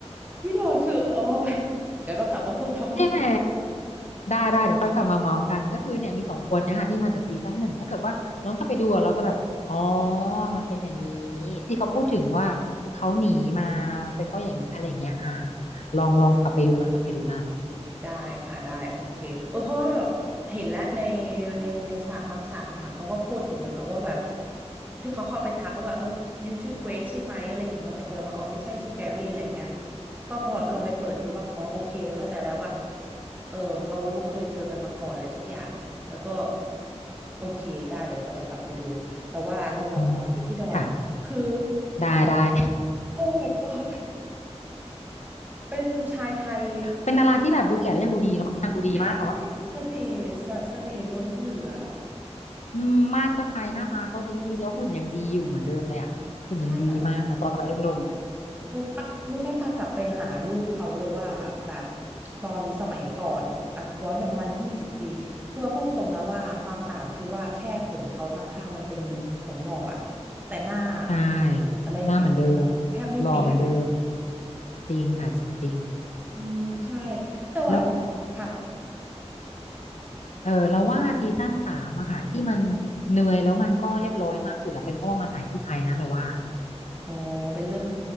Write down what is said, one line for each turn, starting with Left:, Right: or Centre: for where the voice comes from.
Right: พี่ดอนคือโอ้ยเดี๋ยวต้องกลับมาพูดท็อปิก
Left: ใช่ไหมได้ได้เดี๋ยวค่อยกลับมาเมากันก็คือเนี่ยมีสองคนเนะคะที่มาจากซีซั่นหนึ่งถ้าเกิดว่าย้อนกลับไปดูอะเราจะแบบอ๋อมันเป็นอย่างนี้ที่เขาพูดถึงว่าเขาหนีมาเป็นเพราะอย่างนี้อะไร่เงี้ยอ่า
Right: <laughs>
Left: ลองลองกลับไปดูย้อนกลับไปดูได้
Right: ได้ค่ะได้โอเคเออเพราะว่าแบบเห็นแล้วในในในฉากบางฉากอะค่ะเขาก็พูดถึงอยู่เนาะว่าแบบที่เขาเข้าไปทักว่าเออยูชื่อเกรกใช่ไหมอะไรอย่างเงี้ยเนาะแต่คนเราว่าอ๋อไม่ใช่ชื่อแกรี่อะไรอย่างเงี้ยก็พอลองไปเปิดดูบ้างอ๋อโอเคเข้าใจแล้วว่าเออเขาเคยเจอกันมาก่อนอะไรสักอย่างแล้วก็โอเคได้เดี๋ยวเราจะกลับไปดูแต่ว่าเรากลับมาที่พี่ดอนคือ
Left: อืมค่ะได้ได้ <laughs>
Right: <laughs> โอ้ my god เป็นชายไทย
Left: เป็นดาราที่แบบดูแก่แล้วยังดูดีเนาะนางดูดีมากเนาะ
Right: ที่ ใช่เสน่ห์แบบเสน่ห์ล้นเหลือ
Left: อืมมาดก็ไทยหน้าตาก็ดีดีแล้วหุ่นยังดีอยู่เหมือนเดิมเลยอ่ะหุ่นยังดีมากเหมือนตอนสมัยหนุ่ม
Right: ใช่ค่ะเออปะรู้ไหมปากลับไปหารูปเขาเลยว่าแบบตอนสมัยก่อนอ่ะย้อนไปประมาณยี่สิบปีคือว่าพูดตรงนะว่าความต่างคือว่าแค่ผมเขาข้างๆมันเป็นผมงอกอะแต่หน้า
Left: ๆใช่
Right: อมอะไรอย่างเงี้ยคือแบบแทบไม่เปลี่ยนอะ
Left: หน้าเหมือนเดิมหล่อเหมือนเดิมจริงค่ะจริง
Right: อืมใช่แต่แบบ
Left: แล้วก็
Right: ค่ะ
Left: เออเราว่าซีซั่นสามอะค่ะที่มันเหนื่อยแล้วมันก็เรียบร้อยมากสุดอะเป็นเพราะว่ามาถ่ายที่ไทยนะเราว่า
Right: อ๋อเป็นเรื่อง